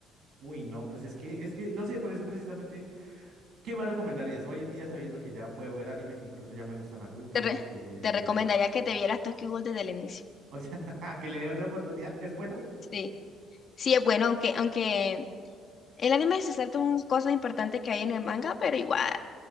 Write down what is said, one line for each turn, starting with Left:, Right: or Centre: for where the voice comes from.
Right: uy, no, pues es que, es que, no sé, por eso precisamente... ¿Qué me recomendarías? Hoy en día, sabiendo que ya puedo ver anime, que incluso ya me gusta Naruto,
Left: Te, re-
Right: que...
Left: te recomendaría que te vieras Tokyo Ghoul desde el inicio.
Right: O sea, <laughs> que le dé otra oportunidad. ¿Es bueno?
Left: Sí. Sí, es bueno, aunque, aunque el anime se salta unas cosas importantes que hay en el manga, pero igual.